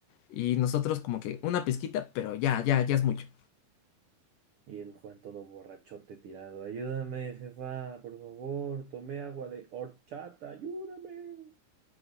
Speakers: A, on the left; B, on the right.
A: y nosotros como que una pizquita, pero ya, ya, ya es mucho.
B: Y el Juan todo borrachote tirado, ayúdame, jefa, por favor, tomé agua de horchata, ayúdame.